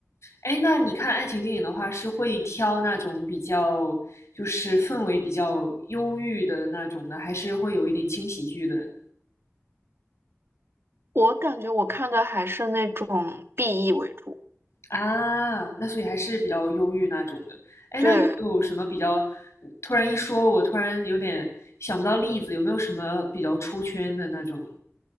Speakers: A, on the left; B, on the right.
A: 哎，那你看爱情电影的话，是会挑那种比较就是氛围比较忧郁的那种呢，还是会有一点轻喜剧的
B: 我感觉我看的还是那种 BE 为主，
A: 啊？那所以还是比较忧郁那种的。哎，
B: 对。
A: 那有没有什么比较？突然一说，我突然有点想不到例子，有没有什么比较出圈的那种？